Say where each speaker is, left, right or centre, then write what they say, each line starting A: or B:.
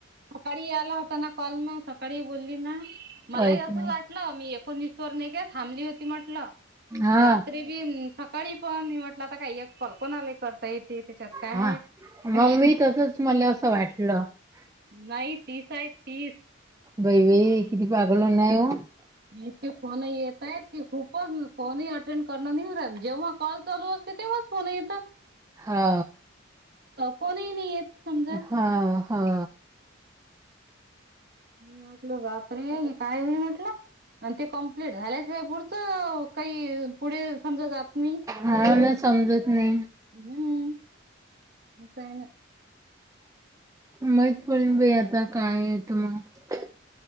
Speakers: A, on the right; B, on the right.
A: सकाळी आला होता ना कॉल मग सकाळी बोलली ना मलाही
B: पाहिजे
A: असं
B: नाही.
A: वाटलं मी एकोणीसवर थांबली होती म्हट
B: हा
A: रात्री बी तरी पण मी म्हटलं आता काय ये कल्पनालय करता येते त्याच्यात काय
B: हा.
A: आहे
B: मग मी तसच मला <inaudible>
A: नाही तीस आहे तीस
B: बाई बाई किती पागल ऊन आहे ओ
A: इतके फोन ही येतायत की, खूपच फोनही अटेंड करण होवू नाही राहील, जेव्हा कॉल चालू अस. तेव्हाच फोन येतात.
B: हा.
A: कोण ही नाही येत समजा.
B: हा हा.
A: मी म्हटल बापरे हे काय हे? म्हटलं आणि ते कम्प्लीट झाल्याशिवाय पुढचं काही पुढे समजा जात. नाही.
B: हा ना समजत नाही.
A: हुं आस हाय ना
B: माहित पडले बाई आता काय येतं मग